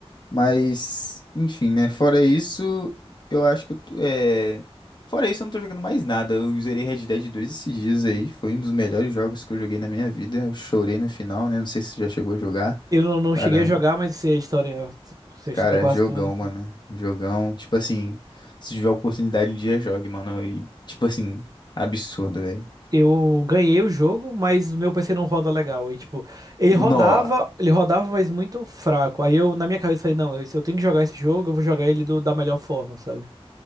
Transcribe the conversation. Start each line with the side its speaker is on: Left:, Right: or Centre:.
Left: Mas, enfim, né? Fora isso, eu acho que eu tô, é... Fora isso, eu não tô jogando mais nada. Eu zerei Red Dead dois esses dias aí. Foi um dos melhores jogos que eu joguei na minha vida. Eu chorei no final, né? Não sei se você já chegou a jogar.
Right: Eu não, não
Left: Cara,
Right: cheguei a jogar, mas sei a história, sei a
Left: cara,
Right: história quase
Left: jogão,
Right: toda. assim.
Left: mano. Jogão. Tipo assim, se tiver oportunidade um dia, jogue, mano. E, tipo assim, absurdo, velho.
Right: Eu ganhei o jogo, mas o meu PC não roda legal. E tipo, ele
Left: Nó.
Right: rodava, ele rodava, mas muito fraco. Aí eu, na minha cabeça, falei, não, eu- se eu tenho que jogar esse jogo, eu vou jogar ele do- da melhor forma, sabe?